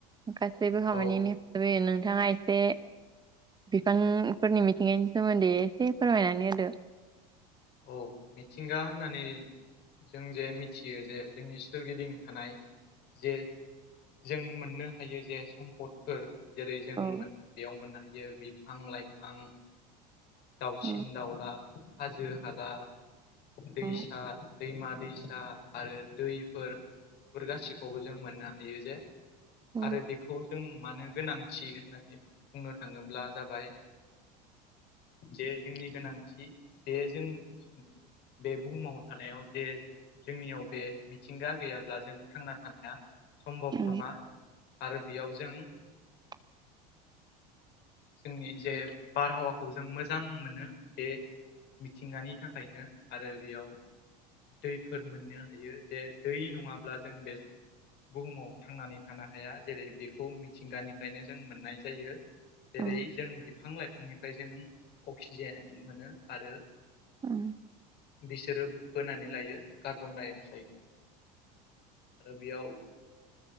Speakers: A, on the right; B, on the left.
A: गासैबो
B: औ
A: खामानिनि बागै नोंथाङा एसे बिफां फोरनि मिथिंगानि सोमोन्दै एसे फोरमायनानै होदो।
B: औ मिथिंगा होननानै जों जे मिथियो जे जोंनि सोरगिदिं थानाय जे जों मोननो हायो जे सम्पदफोर जेरै जों
A: औ
B: बेयाव मोननो हायो बिफां लाइफां दाउसिन
A: औ
B: दाउला हाजो हाला दैसा
A: औ
B: दैमा दैसा फिसा आरो दैफोरफोर गासिखौबो जों मोननो हायो जे
A: औ
B: आरो बेखौ जों मानो गोनां थि होननानै बुंनो थाङोब्ला जाबाय जे जोंनि गोनांथि जे जों बे बुहुमाव थानायाव जे जोंनियाव बे मिथिंगा गैयाब्ला जों थांना थानाया सम्भब
A: औ
B: नङा आरो बेयाव जों
A: <inaudible>
B: जोंनि जे बारहावाखौ जों मोजां मोनो बे मिथिंगानि थाखायनो आरो बेयाव दैफोर मोननो हायो जे दै नङाब्ला जों बे बुहुमाव थांनानै थानो हाया जेरै बेखौ मिथिंगानिफ्रायनो जों मोननाय जायो। जेरै
A: औ
B: जों बिफां लाइफांनिफ्राय जों अक्सिजेन मोनो आरो
A: उम
B: बिसोरो बोनानै लायो कार्बन-डाइ-अक्साइडखौ। आरो बेयाव